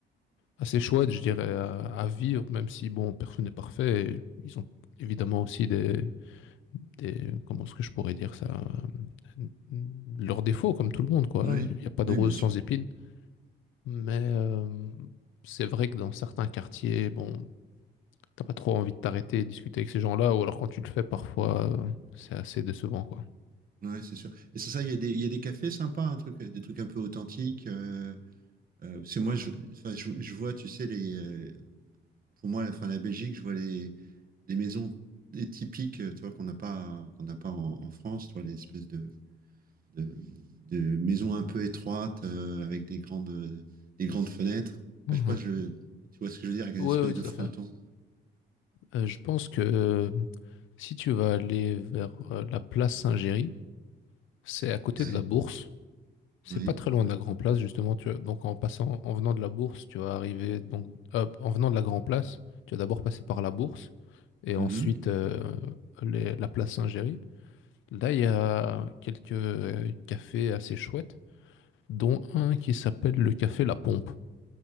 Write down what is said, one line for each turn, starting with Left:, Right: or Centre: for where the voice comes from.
Left: assez chouettes, je dirais, à, à vivre, même si, bon, personne n'est parfait. Et ils ont évidemment aussi des, des, comment est-ce que je pourrais dire ça, euh, leurs défauts, comme tout le monde, quoi.
Right: Oui,
Left: Il n'y a pas de
Right: oui,
Left: rose
Right: bien sûr.
Left: sans épines. Mais euh, c'est vrai que dans certains quartiers, bon, t'as pas trop envie de t'arrêter et discuter avec ces gens-là, ou alors quand tu le fais, parfois, euh, c'est assez décevant, quoi.
Right: Ouais, c'est sûr. Et c'est ça, il y a des, il y a des cafés sympas, un truc, des trucs un peu authentiques. euh, euh, parce que moi, je, enfin, je, je vois, tu sais, les, euh, pour moi, la, enfin, la Belgique, je vois les, des maisons des typiques, euh, tu vois, qu'on n'a pas, qu'on n'a pas en, en France, tu vois, les espèces de, de, de maisons un peu étroites euh, avec des grandes, des grandes fenêtres.
Left: Mhm.
Right: Enfin, je sais pas, je, tu vois ce que je veux dire, avec une
Left: Oui,
Right: espèce
Left: oui, tout
Right: de fronton.
Left: à fait. Euh, je pense que euh, si tu vas aller vers euh, la place Saint-Géry, c'est à côté
Right: Ouais.
Left: de la Bourse. C'est
Right: Oui.
Left: pas très loin de la Grand Place, justement. Tu vois. donc en passant, en venant de la Bourse, tu vas arriver. Donc euh, en venant de la Grand Place, tu vas d'abord passer par la Bourse et
Right: Mhm.
Left: ensuite euh, les- la place Saint-Géry. Là, il y a quelques euh, cafés assez chouettes, dont un qui s'appelle le café La Pompe.